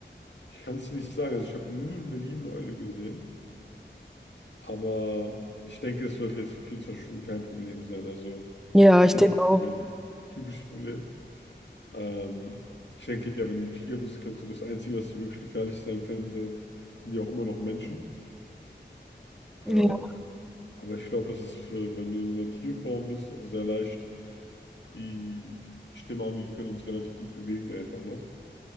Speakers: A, on the left (about 75°); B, in the centre.
A: Ich kann es dir nicht sagen. Also ich habe nie in Berlin eine Eule gesehen. Aber ich denke, es sollte jetzt für 24 Stunden kein Problem sein. Also
B: Ja,
A: ist
B: ich
A: jetzt
B: denke auch.
A: ein typisches Problem. Ähm, ich denke, ja, wenn du ein Tiger bist, könnte das Einzige, was dir wirklich gefährlich sein könnte, sind ja auch immer noch Menschen.
B: Ja,
A: Äh, Aber ich glaube, es ist für, wenn du so eine Tierform bist, auch sehr leicht. Die, ich nehme an, wir können uns relativ gut bewegen, einfach noch,